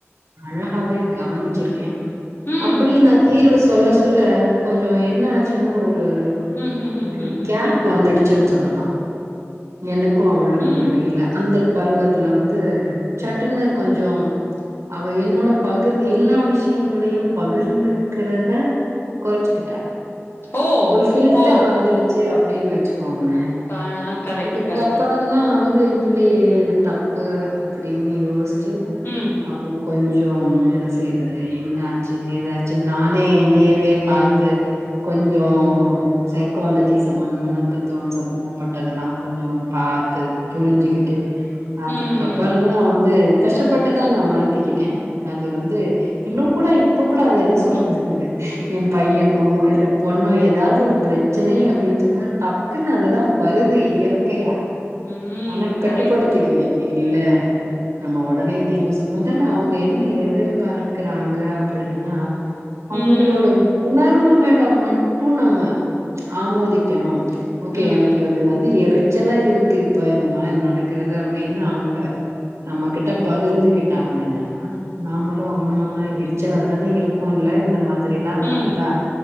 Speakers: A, on the right; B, on the left.
A: அழகாவே கவனிச்சிருக்கே
B: ம்.
A: அப்புடி நா தீர்வு சொல்ல சொல்ல கொஞ்சோ என்ன ஆச்சின்னா ஒரு
B: ம்ஹ்ஹ்ஹ்ஹ்ம்.
A: ஒரு கேப் வந்துடுச்சுன் சொல்லா எனக்கு அவுளுக்கு
B: ம்.
A: இடையில அந்த பருவத்துல வந்து சட்டுன்னு கொஞ்சோ அவ என்னோட பகிர் எல்லா விஷயங்களையு பகிர்ந்துக்குறத கொறச்சிக்கிட்டா
B: ஓ!
A: ஒரு ஃபில்டர்
B: ஓ!
A: வந்துடுச்சி அப்டின் வச்சிக்கோங்கலே
B: பா கரெக்ட்
A: க்கப்பறந்தா
B: கரெக்ட்.
A: வந்து இல்லையே இது தப்பு அப்டின் யோசிச்சி
B: ம்
A: அப்றோ கொஞ்சோ என்ன செய்யறது என்னாச்சு ஏதாச்சு நானே என்னையவே பாத்து கொஞ்சோ சைக்காலஜி சம்பந்த தத்துவோ சம்பந்தப்பட்டதெல்லா கொஞ்சோ பாத்து புரிஞ்சிக்கிட்டு அதுக்கப்பறந்தா
B: ம்.
A: வந்து கஷ்டப்பட்டுதா நா மாத்திக்கிட்டே அது வந்து இன்னு கூட இப்ப கூட அது என்ன சொல்றது என் பையனோ இல்ல பொண்ணு ஏதாவது ஒரு பிரச்சனை அப்படின்னு சொன்னா டக்குன்னு அதுதான் வருது இயற்கையா
B: ம்.
A: ஆனா கட்டுப்படுத்திக்குவே
B: Correct, correct.
A: இல்ல நம்ம உடனே தீர்வு சொல் முதல்ல அவங்க என்ன எதிர்பாக்கறாங்க அப்படின்னா அவங்களோட
B: ம்.
A: உணர்வுகளை மட்டு நம்ம ஆமோதிக்கணு ஓகே
B: ம்.
A: எனக்கு இது வந்து எரிச்சலா இருக்கு இப்ப இந்த மாதிரி நடக்றது அப்படின்னு அவுங்க நம்மகிட்ட பகிர்ந்துகிட்டாங்கன்னா நாமளு ஆமாங்க எரிச்சலா தானே இருக்குமுல்ல இந்த மாதிரி அப்படிலா நடந்தா
B: ம்.